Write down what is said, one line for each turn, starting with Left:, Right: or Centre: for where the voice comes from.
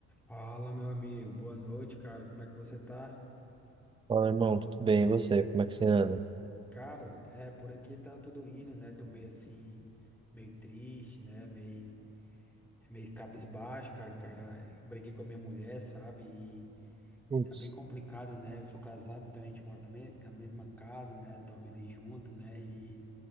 Centre: Fala, meu amigo. Boa noite, cara. Como é que você tá?
Right: Fala, irmão, tudo bem? E você? Como é que você anda?
Centre: Cara, é, por aqui tá tudo indo, né? Tô meio assim, meio triste, né? Meio, meio cabisbaixo, cara, cara. Briguei com a minha mulher, sabe? E
Right: Putz,
Centre: tá bem complicado, né? Eu sou casado, então a gente mora na, me- na mesma casa, né? Dorme ali junto, né? E,